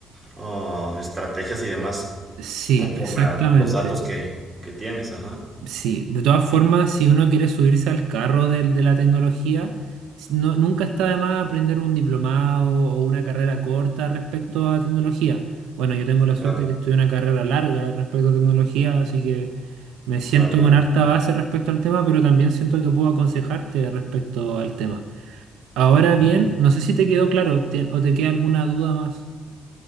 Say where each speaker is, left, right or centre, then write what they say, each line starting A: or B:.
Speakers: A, on the right (about 25°); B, on the right (about 85°).
A: ah, estrategias y demás
B: Sí,
A: conforme
B: exactamente.
A: a los datos que, que tienes, ajá.
B: Sí, de todas formas, si uno quiere subirse al carro del- de, la tecnología, s- no- nunca está de más aprender un diplomado o una carrera corta respecto a tecnología. Bueno, yo tengo la suerte
A: Claro,
B: de que estudié una carrera larga respecto a tecnología, así que me siento
A: claro, claro.
B: con harta base respecto al tema, pero también siento que puedo aconsejarte respecto al tema. Ahora bien,
A: Ujú.
B: no sé si te quedó claro te- o te queda alguna duda más.